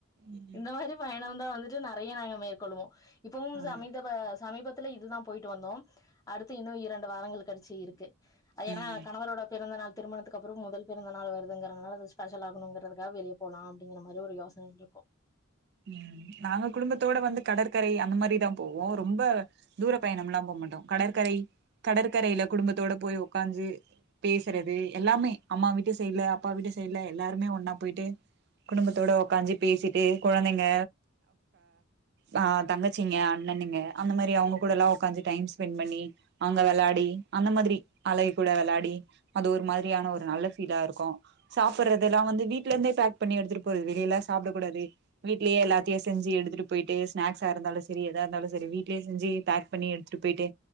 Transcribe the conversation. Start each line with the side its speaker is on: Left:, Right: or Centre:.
Right: ம்
Left: இந்த மாரி பயணம் இன்னோ வந்துட்டு நெறைய நாங்க மேற்கொள்ளுவோ இப்பவோ
Right: ஆ
Left: சமீபவ சமீப இதுதான் போயிட்டு வந்தோம் அடுத்து இன்னும் இரண்டு வாரங்கள் கழிச்சி இருக்கு அ ஏன்னா
Right: ம்
Left: கணவரோட பிறந்த நாள் திருமணத்துக்கு அப்புறோ மொதல் பிறந்த நாள் வருதுங்கறனால அது ஸ்பெஷல் ஆக்கணுங்கிறதுக்காக வெளிய போலா அப்டிங்கிற மாரி ஒரு யோசனைல இருக்கோ
Right: உம் நாங்க குடும்பத்தோட வந்து கடற்கரை அந்த மாதிரிதான் போவோம் ரொம்ப தூர பயணம் எல்லாம் போக மாட்டோம் கடற்கரை கடற்கரையில குடும்பத்தோட போய் உக்காஞ்சு பேசுறது எல்லாமே அம்மா வீட்டு சைட்ல அப்பா வீட்டு சைட்ல எல்லாருமே ஒன்னா போயிட்டு குடும்பத்தோட உக்காஞ்சு பேசிட்டு குழந்தைங்க அஹ் தங்கச்சிங்க அண்ணண்ங்க அந்த மாதிரி அவங்க கூட எல்லாம் உக்காந்து டைம் ஸ்பெண்ட் பண்ணி அங்க விளையாடி அந்த மாதிரி அழக கூட விளாடி அது ஒரு மாதிரியான ஒரு நல்ல ஃபீலா இருக்கும் சாப்பிடுறது எல்லாம் வந்து வீடல இருந்தே பேக் பண்ணி எடுத்துட்டு போறது வெளியிலல்லாம் சாப்பிடக்க கூடாது வீட்லயே எல்லாத்தையு செஞ்சு எடுத்துட்டு போயிட்டு ஸ்நாக்ஸா இருந்தாலு சரி எதா இருந்தாலு சரி வீட்லயே செஞ்சு பேக் பண்ணி எடுத்துட்டு போயிட்டு